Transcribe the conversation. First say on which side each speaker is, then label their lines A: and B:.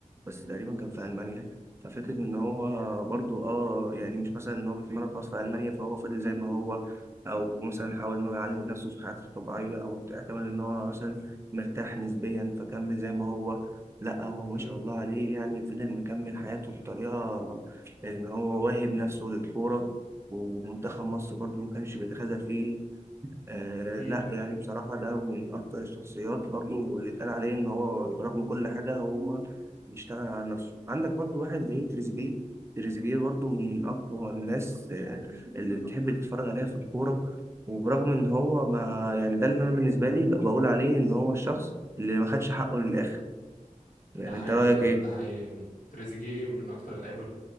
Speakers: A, on the right (about 20°); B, on the left (about 80°).
A: بس تقريبا كان في ألمانيا ففكرة إن هو برضو آه يعني مش مثلا إن هو بيتمرن خلاص في ألمانيا فهو فضل زي ما هو أو مثلا حاول إن هو يعلم من نفسه في حياته الطبيعية أو اعتمد إن هو مثلا مرتاح نسبيا فكمل زي ما هو لا هو ما
B: مم.
A: شاء الله عليه يعني فضل مكمل حياته بطريقة إن هو واهب نفسه للكورة ومنتخب مصر برضو ما كانش بيتخاذل فيه آه لا
B: مم.
A: يعني بصراحة ده من أكتر الشخصيات برضو اللي اتقال عليه إن هو برغم كل حاجة هو بيشتغل على نفسه عندك برضو واحد زي تريزيجيه تريزيجيه برضو من أقوى الناس آه، اللي بتحب تتفرج عليها في الكورة وبرغم إن هو ما يعني ده اللي أنا بالنسبة لي بقول عليه إن هو الشخص اللي ما خدش حقه للآخر يعني
B: ده حقيقي
A: أنت رأيك
B: فعلا
A: إيه؟
B: ده حقيقي تريزيجيه من أكتر اللعيبة اللي